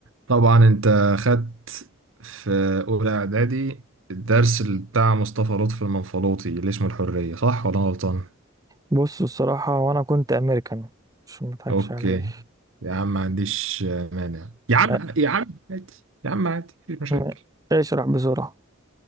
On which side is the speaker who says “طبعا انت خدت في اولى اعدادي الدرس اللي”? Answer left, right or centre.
Right